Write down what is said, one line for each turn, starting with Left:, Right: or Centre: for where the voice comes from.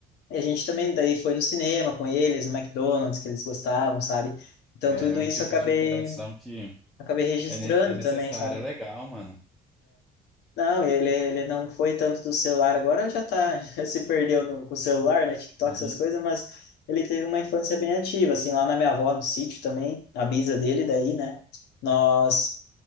Left: e a gente também daí foi no cinema com eles, no McDonald's, que eles gostavam, sabe? Então
Centre: É
Left: tudo
Centre: um
Left: isso
Centre: tipo
Left: eu acabei,
Centre: de interação que
Left: acabei registrando
Centre: é, ne- é necessária.
Left: também, sabe?
Centre: É legal, mano.
Left: Não, ele, ele não foi tanto do celular, agora já tá, <laughs> já se perdeu no, com o celular, né? TikTok,
Centre: Uhum.
Left: essas coisas, mas ele teve uma infância bem ativa, assim, lá na minha avó, no sítio também, a bisa dele daí, né? Nós